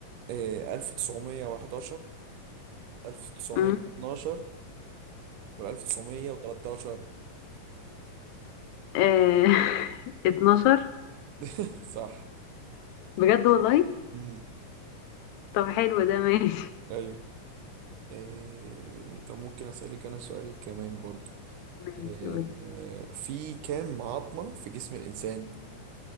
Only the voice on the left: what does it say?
مم.
آه، <laughs> 12
بجد والله
طب حلو ده ماشي
ماشي
قولي